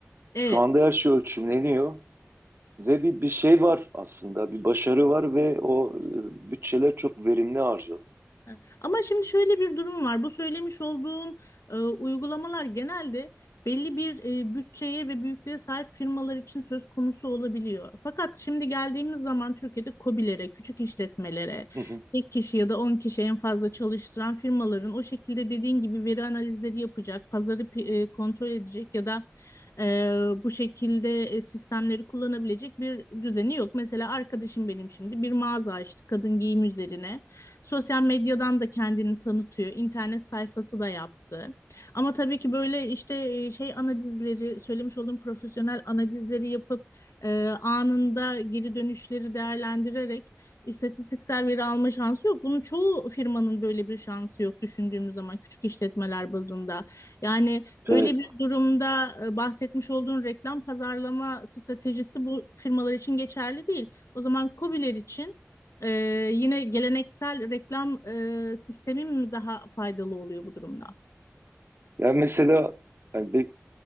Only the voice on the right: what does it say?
Şu anda her şey ölçümleniyor ve bir, bir şey var aslında, bir başarı var ve o e, bütçeler çok verimli harcanıyor.
<laughs>
Evet.
Yani mesela yani be-